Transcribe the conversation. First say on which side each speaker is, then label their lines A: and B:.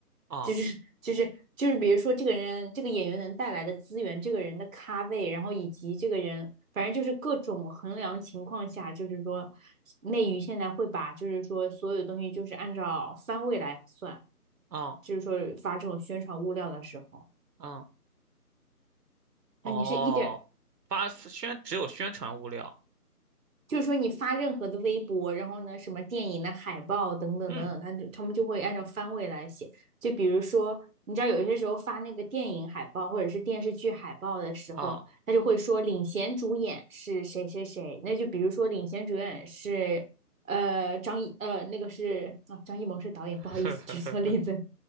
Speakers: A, on the right; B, on the right.
A: 啊
B: 就是就是就是，比如说这个人这个演员能带来的资源，这个人的咖位，然后以及这个人，反正就是各种衡量情况下，就是说内娱现在会把就是说所有的东西就是按照番位来算，
A: 啊
B: 就是说发这种宣传物料的时候，
A: 啊！哦，
B: 啊，你是一点
A: 发宣只有宣传物料。
B: 就是说你发任何的微博，然后呢，什么电影的海报等等等等，
A: 嗯
B: 他就他们就会按照番位来写。就比如说，你知道有些时候发那个电影海报或者是电视剧海报的时候，
A: 啊，
B: 他就会说领衔主演是谁谁谁。那就比如说领衔主演是呃张艺呃那个是啊张艺谋是导演，不好意思举错例子。
A: <laughs>